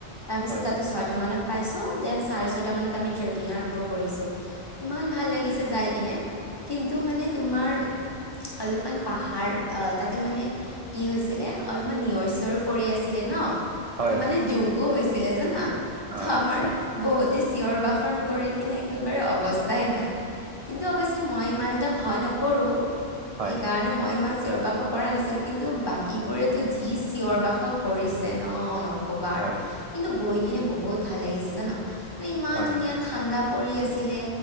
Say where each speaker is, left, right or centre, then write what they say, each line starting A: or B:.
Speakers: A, on the left; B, on the right.
A: তাৰ পিছত
B: হয়
A: তাতে ছয়টা মানত পাইছোঁ দেন চাৰে ছয়টা মানত আমি ট্ৰেকিং আৰম্ভ কৰিছোঁ ইমান ভাল লাগিছে যাই কিনে। কিন্তু মানে তোমাৰ অলপমান পাহাৰ আহ তাতে মানে কি হৈছিলে অলপমান নিয়ৰ চিয়ৰো পৰি আছিলে ন,
B: হয়
A: তো মানে
B: হয়
A: জোঁকো হৈছিলে জানা।
B: অ
A: ত'
B: আচ্ছা
A: আমাৰ বহুতে চিঞৰ বাখৰ কৰি কিনে একেবাৰে অৱস্থাই নাই। কিন্তু অৱশ্যে মই ইমান এটা ভয় নকৰো।
B: হয়
A: সেইকাৰণে মই ইমান চিঞৰ বাখৰ কৰা নাছিলো কিন্তু বাকীবোৰে যি চিঞৰ বাখৰ কৰিছে ন নকবা আৰু
B: হয়
A: কিন্তু গৈ কিনে বহুত ভাল লাগিছে জানা মানে ইমান
B: হয়
A: ধুনীয়া
B: হয়
A: ঠাণ্ডা পৰি আছিলে